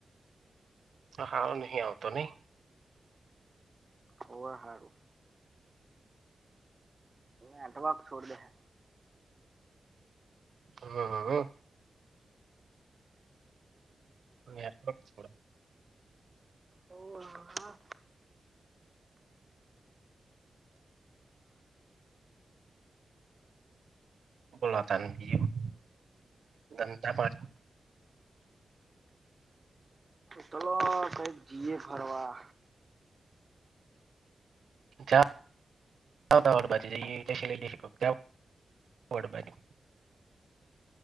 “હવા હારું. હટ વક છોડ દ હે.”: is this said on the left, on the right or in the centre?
Right